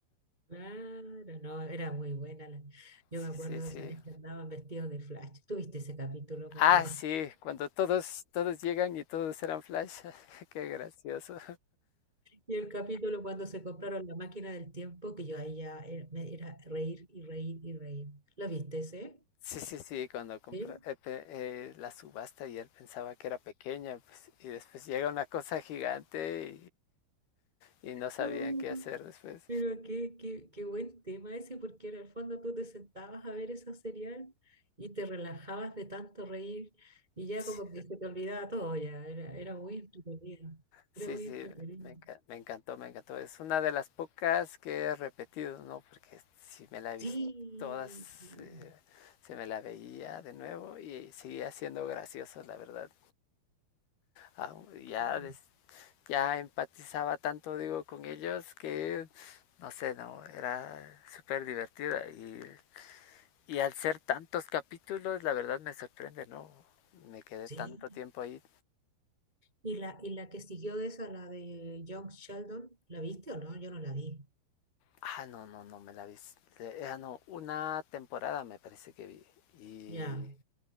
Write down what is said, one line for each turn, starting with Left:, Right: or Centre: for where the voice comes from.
Right: Claro, no, era muy buena. la- Yo
Left: Sí,
Right: me acuerdo
Left: sí, sí.
Right: de esa vez que andaban vestidos de Flash. ¿Tuviste ese capítulo cuando
Left: Ah, sí, cuando todos, todos llegan y todos eran Flash. <laughs> Qué gracioso.
Right: Y el capítulo cuando se compraron la máquina del tiempo, que yo ahí ya era, me era reír y reír y reír. ¿La viste ese?
Left: Sí, sí, sí, cuando compró
Right: ¿Sí?
Left: eh, pe- eh, la subasta y él pensaba que era pequeña, pues, y después llega una cosa gigante y, y no sabían
Right: Mm,
Left: qué hacer después.
Right: pero qué, qué, qué buen tema ese, porque en el fondo tú te sentabas a ver esa serial y te relajabas de tanto reír y ya
Left: Sí,
Right: como que se te olvidaba todo ya. Era, era muy entretenido.
Left: sí,
Right: Era muy
Left: sí,
Right: entretenido.
Left: me, enca- me encantó, me encantó. Es una de las pocas que he repetido, ¿no? Porque si me la he
Right: Sí,
Left: visto todas,
Right: sí,
Left: eh, se me la veía de nuevo y seguía siendo gracioso, la verdad. ah, ya,
Right: claro,
Left: ya empatizaba tanto, digo, con ellos que, no sé, no, era súper divertida. Y, y al ser tantos capítulos, la verdad me sorprende, ¿no? Me quedé
Right: sí.
Left: tanto tiempo ahí.
Right: ¿Y la, y la que siguió de esa, la de Young Sheldon, la viste o no? Yo no la vi.
Left: Ah, no, no, no me la vi. Le- Ah, no, una temporada me parece que vi. Y
Right: Ya,